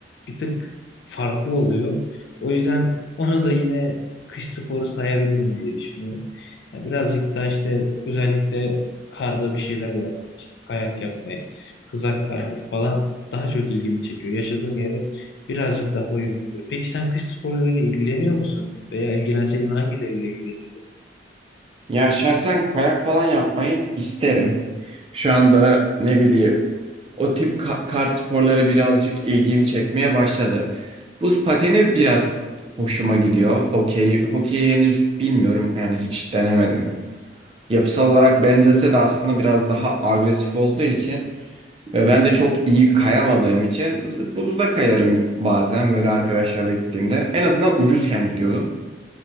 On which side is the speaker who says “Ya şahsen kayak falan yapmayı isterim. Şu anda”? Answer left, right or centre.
Right